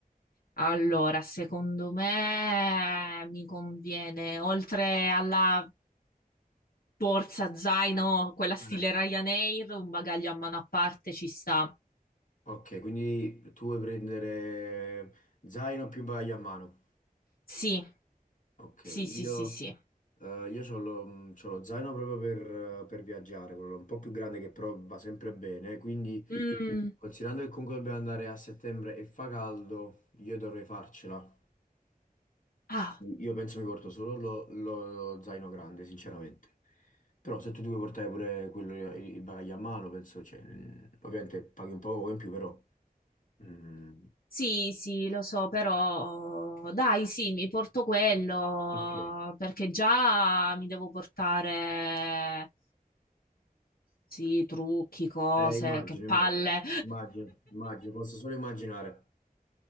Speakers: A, on the left; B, on the left.
A: Allora, secondo me mi conviene, oltre alla borsa zaino, quella stile
B: eh,
A: Ryanair, un bagaglio a mano a parte ci sta.
B: Ok, quindi tu vuoi prendere zaino più bagaglio a mano.
A: Sì,
B: Ok,
A: sì, sì,
B: io,
A: sì, sì.
B: eh, io c'ho lo, c'ho lo zaino proprio per, per viaggiare, quello un po' più grande che però va sempre bene, quindi...
A: Mm,
B: Considerando che comunque dobbiamo andare a settembre e fa caldo, io dovrei farcela.
A: Ah,
B: Io penso mi porto solo lo, lo zaino grande, sinceramente. Però se tu ti vuoi portare pure quello, il bagaglio a mano, penso, cioè, mm, ovviamente paghi un po' poco in più, però... mm,
A: sì, sì, lo so, però dai, sì, mi porto quello
B: ok,
A: perché già mi devo portare. Sì, trucchi, cose,
B: eh, immagino,
A: che palle.
B: immagino, immagino, immagino, posso solo immaginare.